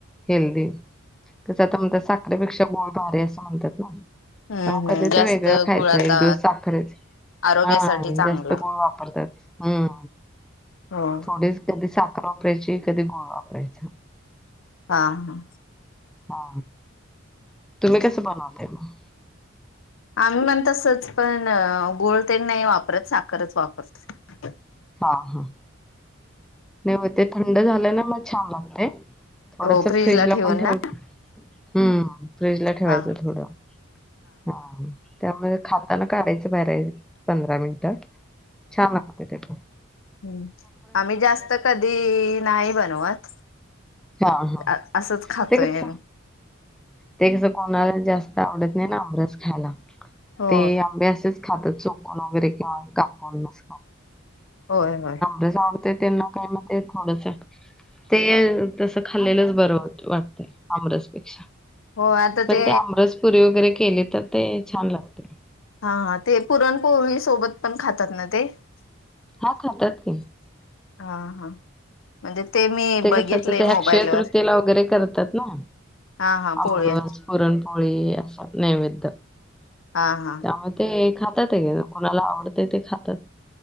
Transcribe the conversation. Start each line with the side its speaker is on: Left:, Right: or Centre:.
Centre: हेल्दी <unintelligible>
Left: हम्म
Centre: हा
Left: हम्
Centre: कधी
Left: जास्त
Centre: ते वेगळं खायचं
Left: गुळ आता
Centre: एक दिवस साखरेच
Left: आरोग्यासाठी
Centre: हा
Left: चांगला
Centre: जास्त गूळ वापरतात. हा
Left: हो
Centre: थोडे <unintelligible> सात वापरची कधी वापरायचा
Left: हा ह
Centre: हा तुम्ही कसे बनवता मग,
Left: आम्ही म्हणतसच पण ग <unintelligible> नाही वापरत, साखरच वापरत.
Centre: हा हा ते हो ते थंड झाल्या ना मग छान लागते. थोडस
Left: हो फ्रीजला
Centre: फ्रीज ला
Left: ठेवून
Centre: पण ठेव.
Left: ना
Centre: हम्म फ्रीजला ठेवायचं
Left: हा
Centre: थोडं हा त्यामुळे खाताना काढायचं बाहेर पंधरा मिनिटं छ ना खपे तेख
Left: हम् आम्ही जास्त कधी नाही बनवत
Centre: हा हा
Left: असंच खातोय
Centre: ते कस
Left: आम
Centre: ते कसं कोणाला जास्त आवडत नाही ना अमरस खायला
Left: हो
Centre: ते आंब्यासच खातच वगैरे का काूनात
Left: होय होय
Centre: ज आम तर त्यांना काय म्ह थोडस ते तसं खाल्लेलंच बरं होत वाटतंय आमरसपेक्षा
Left: हो आता
Centre: पण
Left: ते
Centre: आमरस पुरी वगैरे केली तर ते छान लागते
Left: हा हा ते पुरणपोळी सोबत पण खातात ना ते
Centre: हां खातात की
Left: हा हा म्हणजे मी
Centre: ते
Left: बघितलंय
Centre: कसंत ते
Left: मोबाईलवर
Centre: अक्षय तृतीयेला वगैरे करतात ना
Left: हा हा पोळ्या
Centre: अमरवाज पुरणपोळी असं नैवेद्य
Left: हा हा
Centre: त्यामुळे ते खातात आहे का कोणाला आवडते ते खातात